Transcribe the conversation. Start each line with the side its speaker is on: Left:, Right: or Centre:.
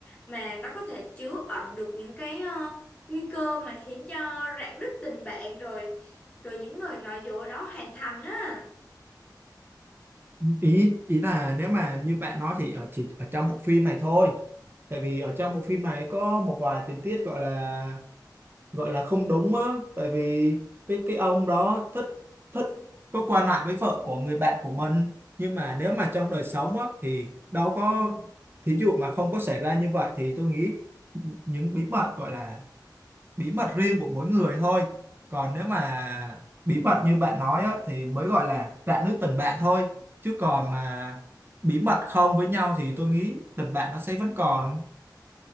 Left: mà nó có thể chứa ẩn được những cái ờ, nguy cơ mà khiến cho rạn nứt tình bạn rồi rồi những lời nói dối đó hoàn thành á
Right: ý ý là nếu mà như bạn nói thì ở chỉ ở trong bộ phim này thôi tại vì ở trong bộ phim này có một vài tình tiết gọi là gọi là không đúng á tại vì cái cái ông đó thích thích có qua lại với vợ của người bạn của mình nhưng mà nếu mà trong đời sống á thì đâu có thí dụ mà không có xảy ra như vậy thì tôi nghĩ những bí mật gọi là bí mật riêng của mỗi người thôi còn nếu mà bí mật như bạn nói á, thì mới gọi là rạn nứt tình bạn thôi chứ còn mà bí mật không với nhau thì tôi nghĩ tình bạn nó sẽ vẫn còn